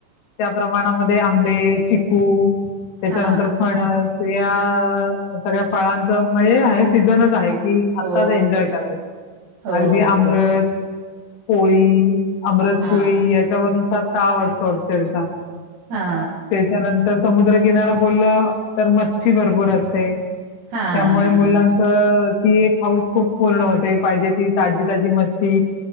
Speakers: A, on the left; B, on the right.
A: त्या प्रमाणामध्ये आंबे, चिकू त्याच्यानंतर
B: हा
A: फणस. सगळ्या फळांच. म्हणजे आहे सीझनच आहे. कि आत्ताच
B: हो
A: एन्जॉय करायचं
B: हो
A: अगदी अमरस
B: हो
A: पोळी अमरसपुरी
B: हा
A: याच्यावरून सात सहा वाजतो अक्षरशः
B: हा
A: त्याच्यानंतर समुद्रकिनारा बोलला तर मच्छी भरपूर असते.
B: हा
A: त्यामुळे
B: हा हा
A: मुलांचं- ती एक हाऊस खूप पूर्ण होते पाहिजे ती ताजी- ताजी मच्छी